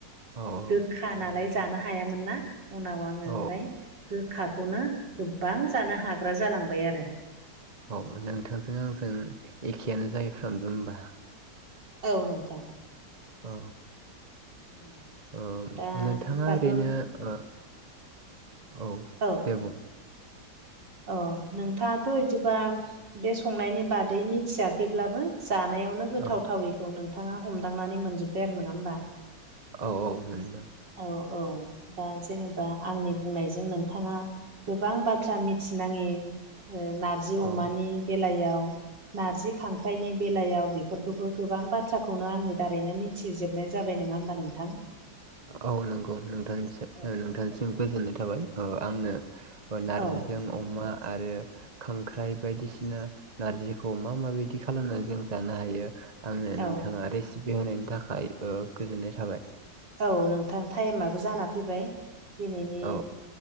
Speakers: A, on the right; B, on the right.
A: औ
B: गोखा नालाय जानो हायामोन ना उनाव आङो
A: औ
B: ओमफ्राय गोखाखौनो गोबां जानो हाग्रा जालांबाय आरो
A: औ नोंथांजों आंजों एखेयानो जायोफ्रामो होमबा
B: औ नोंथां
A: औ
B: नोंथां
A: औ
B: दा
A: नोंथाङा
B: होमबाथ'
A: ओरैनो ओ औ
B: औ
A: दे बुं
B: अ नोंथाङाथ' बिदिबा बे संनायनि बादै मिथिया थैब्लाबो जानायावनो गोथाव
A: औ
B: थावैखौ नोंथाङा हमदांनानै मोनजोबबाय आरो नङा होमबा
A: औ औ ओरैनो दों
B: औ औ दा जेनेबा आंनि बुंनायजों नोंथाङा गोबां बाथ्रा मिथिनाङि ओ नारजि अमानि
A: औ
B: बेलायाव नारजि खांख्राइनि बेलायाव बेफोरखौबो गोबां बाथ्राखौनो आंनि दारैनो मि मिथिजोबनाय जाबाय नङा होमबा नोंथां
A: औ नंगौ नोंथां
B: औ
A: नोंथांनिसिम गोजोननाय थाबाय ओ आंनो नारजिजों
B: औ
A: अमा आरो खांख्राइ बायदिसिना नारजिखौ मा माबायदि खालामनानै जों जानो हायो आंनो नोंथाङा
B: औ
A: रेसिपि होनायनि थाखाय ओ गोजोननाय थाबाय
B: औ नोंथां टाइमाबबो जाना फैबाय दिनैनि
A: औ